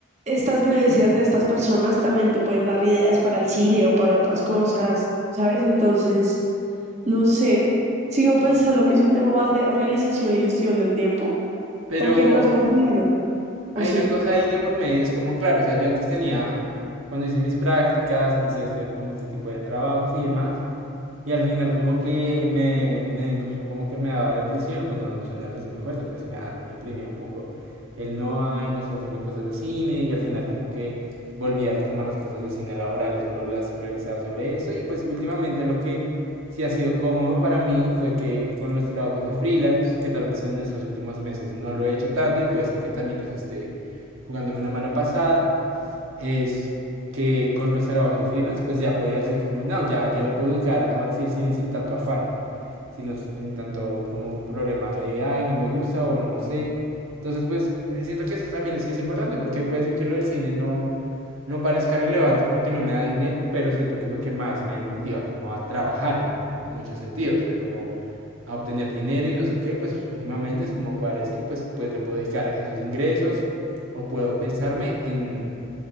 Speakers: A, on the right; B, on the right.
A: estas vivencias de estas personas también te pueden dar ideas para el cine o para otras cosas, ¿sabes? Entonces, no sé, sigo pensando que es un tema más de organización y gestión del tiempo,
B: Pero
A: porque no es por dinero,
B: hay
A: o sí,
B: una cosa ahí de por medio, es como, claro, o sea, yo antes tenía, cuando hice mis prácticas, hice esto, como este tipo de trabajos y demás, Y al final como que me, me incluso como que me daba depresión, pues no, no sé una depresión muy fuerte, pero sí me, daba- me deprimía un poco el no hay, no estoy haciendo cosas de cine y al final como que volví a retomar las cosas de cine laborales, pero las priorizaba sobre eso y pues últimamente lo que sí ha sido cómodo para mí fue que con los trabajos de freelance, que tal vez en estos últimos meses no lo he hecho tanto y puede ser que también eso esté jugándome una mala pasada, es que con los trabajos de freelance, pues ya podía decir como, no, ya, ya le puedo dedicar ahora sí el cine sin tanto afán, sino sin tanto como un problema de, ay, no me gusta o no sé. Entonces, pues eh, siento que eso también sí es importante, porque puede decir que lo del cine no, no parezca relevante porque no me da dinero, pero siento que es lo que más me motiva como a trabajar en, en muchos sentidos, o sea, como a obtener dinero y no sé qué, pues últimamente es como poder decir, pues, pues le puedo dedicar esos ingresos o puedo pensarme en